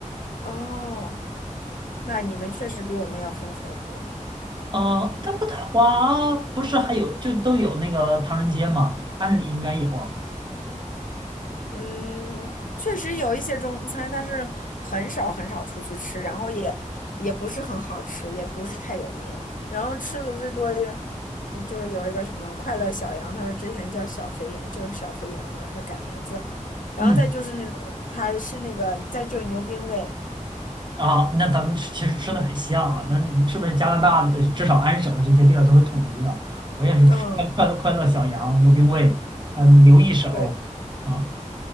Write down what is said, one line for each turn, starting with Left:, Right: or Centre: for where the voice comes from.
Left: 哦，那你们确实比我们要丰富的多。
Right: 啊，但渥太华不是还有就都有那个唐人街嘛？按理应该有啊。
Left: 嗯，确实有一些中餐，但是很少很少出去吃，然后也也不是很好吃，也不是太有名。然后吃的最多就是，嗯就是有一个什么快乐小羊，他说之前叫小肥羊，就是小肥羊嘛，他改名字。然后再就是那种，
Right: 嗯，
Left: 他是那个，再就是牛冰味。
Right: 啊，那咱们吃其实吃的很像啊。那你们是不是加拿大的至少安省的这些店儿都是统一的？我也是吃快快乐快乐小羊、
Left: 嗯，
Right: 牛冰味，嗯，刘一手啊。
Left: 对，